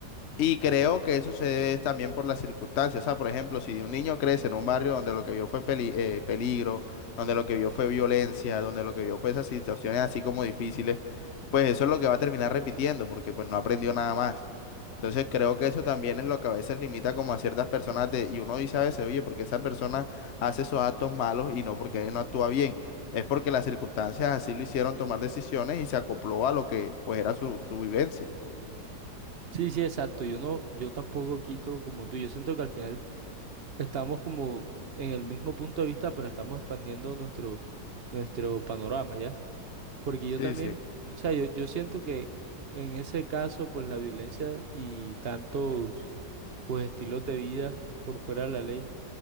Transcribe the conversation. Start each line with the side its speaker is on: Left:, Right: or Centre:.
Left: Y creo que eso se debe también por las circunstancias. O sea, por ejemplo, si un niño crece en un barrio donde lo que vio fue peli- eh, peligro, donde lo que vio fue violencia, donde lo que vio fue esas situaciones así como difíciles, pues eso es lo que va a terminar repitiendo, porque pues no aprendió nada más. Entonces creo que eso también es lo que a veces limita como a ciertas personas de, y uno dice a veces, oye, porque esa persona hace esos actos malos y no porque no actúa bien. Es porque las circunstancias así lo hicieron tomar decisiones y se acopló a lo que pues era su, su vivencia.
Right: Sí, sí, exacto. Yo no, yo tampoco quito como tú. Yo siento que al final estamos como en el mismo punto de vista, pero estamos expandiendo nuestro, nuestro panorama, ¿ya? Porque yo
Left: Sí,
Right: también,
Left: sí.
Right: o sea, yo, yo siento que en ese caso, pues la violencia y tantos, pues estilos de vida por fuera de la ley